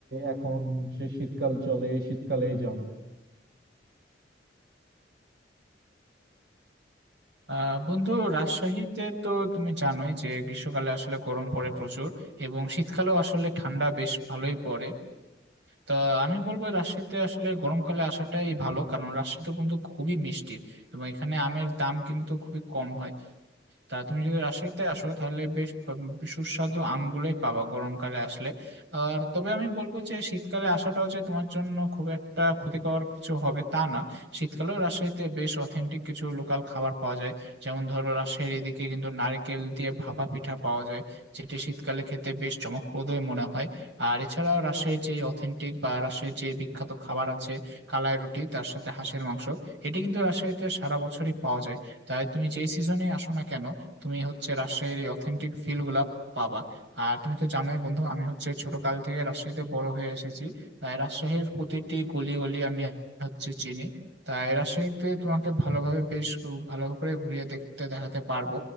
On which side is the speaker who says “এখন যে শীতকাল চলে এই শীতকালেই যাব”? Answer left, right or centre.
Right